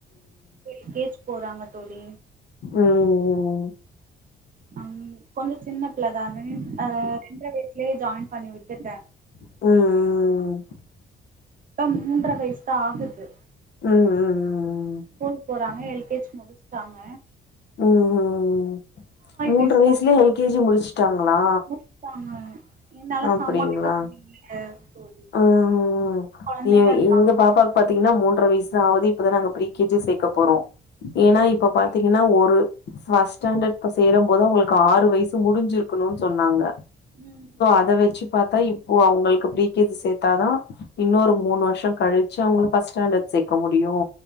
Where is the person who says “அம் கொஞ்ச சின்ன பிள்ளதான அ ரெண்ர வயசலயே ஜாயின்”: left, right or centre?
Right